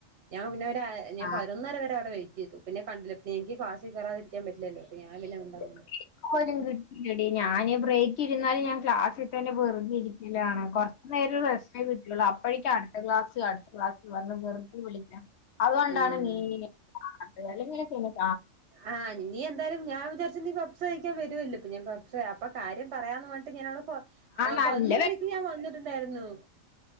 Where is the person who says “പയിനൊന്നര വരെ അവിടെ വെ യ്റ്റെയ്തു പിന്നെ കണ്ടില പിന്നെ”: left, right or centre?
Right